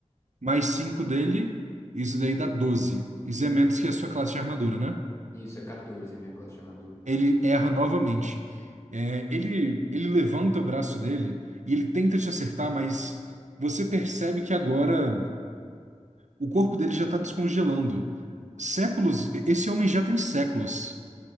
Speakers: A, on the right; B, on the left.
A: mais 5 dele, isso daí dá doze Isso é menos que a sua classe de armadura, né?
B: Isso, é 14 a minha classe de armadura.
A: ele erra novamente. É, ele, ele levanta o braço dele e ele tenta te acertar, mas você percebe que agora o corpo dele já está descongelando. Séculos, esse homem já tem séculos,